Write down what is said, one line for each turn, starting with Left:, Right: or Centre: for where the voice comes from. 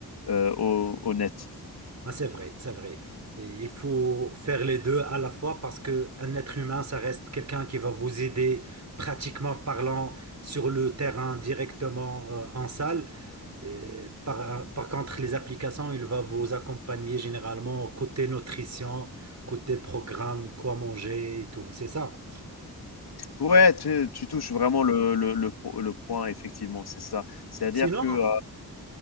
Left: euh, au, au net.
Right: Ah, c'est vrai, c'est vrai. Et il faut faire les deux à la fois parce que un être humain, ça reste quelqu'un qui va vous aider pratiquement parlant sur le terrain directement euh, en salle. Et par, par contre, les applications, il va vous accompagner généralement côté nutrition, côté programme, quoi manger et tout. C'est ça.
Left: Ouais, tu, tu touches vraiment le, le, le, po- le point, effectivement, c'est ça. C'est-à-dire
Right: Sinon,
Left: que